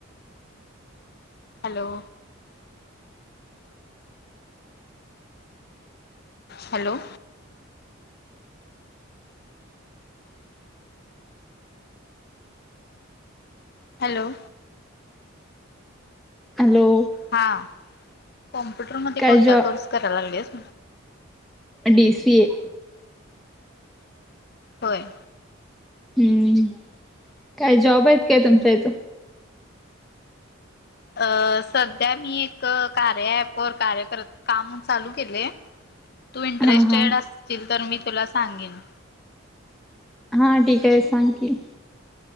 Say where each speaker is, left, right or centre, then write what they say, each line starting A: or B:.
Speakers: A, on the left (about 50°); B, in the centre.
A: Hello? Hello! Hello?
B: Hello?
A: हा कॉम्प्युटरमध्येध्ये,
B: काय
A: कोणता
B: जॉ
A: कोर्स करायला लागलेस,
B: बी, सी, ए,
A: होय
B: हम्म काय जॉब आहेत काय? तुमच्या इथ,
A: अ सध्या मी एक कार्य पवर कार्यक काम चालू केले तू इंटरेस्टेड
B: हा हा
A: असतील तर मी तुला सांगेन
B: हा ठीक आहे सांग की